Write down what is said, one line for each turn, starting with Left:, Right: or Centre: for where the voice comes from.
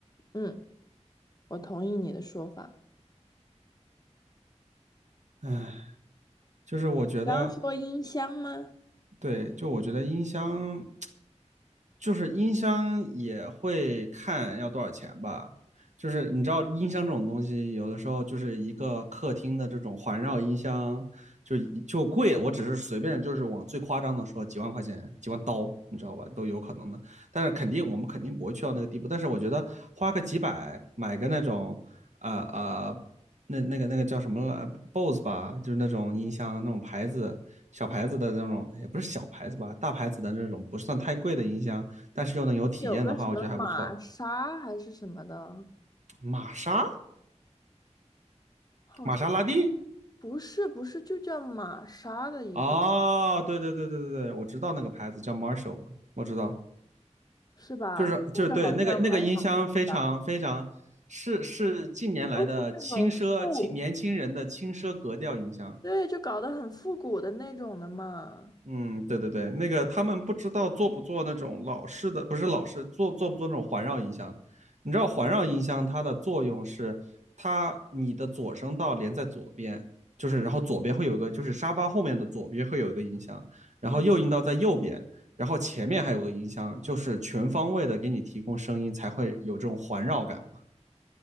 Left: 嗯，我同意你的说法。
Right: 唉，就是我觉得
Left: 刚刚说音箱吗？
Right: 对，就我觉得音箱，就是音箱也会看要多少钱吧。就是你知道音箱这种东西，有的时候就是一个客厅的这种环绕音箱，就就贵。我只是随便就是往最夸张的说，几万块钱、几万刀，你知道吧，都有可能的。但是肯定我们肯定不会去到那个地步。但是我觉得花个几百买个那种，呃呃。那那个那个叫什么了 b o s e 吧，就是那种音箱那种牌子，小牌子的那种，也不是小牌子吧，大牌子的那种，不算太贵的音箱，但是又能有体验的话，
Left: 有个什么玛莎还是什么的，
Right: 我觉得还不错。玛莎，
Left: 好像
Right: 玛莎拉蒂，
Left: 不是，不是，就叫玛莎的一个，
Right: 哦，对对对对对对，我知道那个牌子叫 Marshall 嘛，我知道，
Left: 是吧？
Right: 就是就是对那个那个音箱非常非常是是近年来的轻奢轻年轻人的轻奢格调音箱。
Left: 那个好像蛮有名的吧，都是那种复，对，就搞得很复古的那种的嘛。
Right: 嗯，对对对，那个他们不知道做不做那种老式的，不是老式，做做不做那种环绕音箱？你知道环绕音箱它的作用是它你的左声道连在左边，就是然后左边会有一个就是沙发后面的左边会有一个音箱，然后右音道在右边，
Left: 嗯，
Right: 然后前面还有个音箱，就是全方位的给你提供声音，才会有这种环绕感嘛，